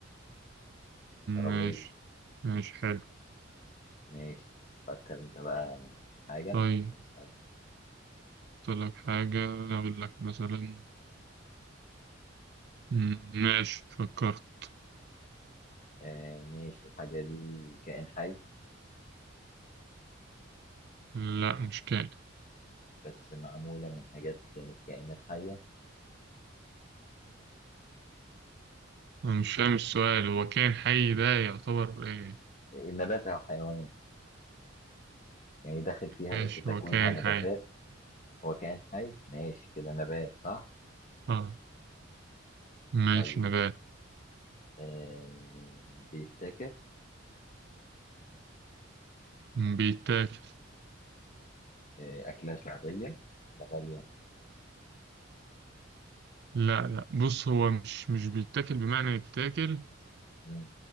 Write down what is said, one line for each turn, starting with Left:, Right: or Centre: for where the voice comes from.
Left: ترابيزة
Right: ماشي ماشي
Left: مم.
Right: حلو
Left: ماشي فكر انت بقى في حاجة
Right: طيب
Left: اسأل
Right: أقول لك حاجة أقول لك مثلا مم، ماشي فكرت
Left: آه ماشي الحاجة دي كائن حي
Right: لا مش كائن
Left: بس معمولة من حاجات كانت كائنات حية
Right: أنا مش فاهم السؤال هو كائن حي ده يعتبر إيه
Left: النبات أو حيوان يعني داخل فيها
Right: ماشي
Left: في تكوينها
Right: هو كائن
Left: نباتات
Right: حي
Left: هو كائن حي ماشي كده نبات صح
Right: آه ماشي
Left: طيب
Right: نبات
Left: آه بيتاكل
Right: مم، بيتاكل
Left: آه أكلة شعبية لا غالية
Right: لا لا بص هو مش مش بيتاكل بمعنى يتاكل
Left: مم.